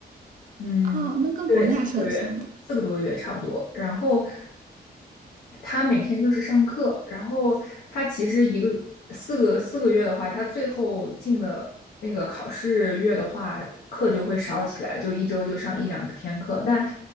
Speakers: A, on the left; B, on the right.
A: 嗯，
B: 啊，那跟国内还是很像的。
A: 对，四个月，四个多月差不多。然后他每天就是上课，然后他其实一个四个四个月的话，他最后进了那个考试月的话，课就会少起来，就一周就上一两天课。但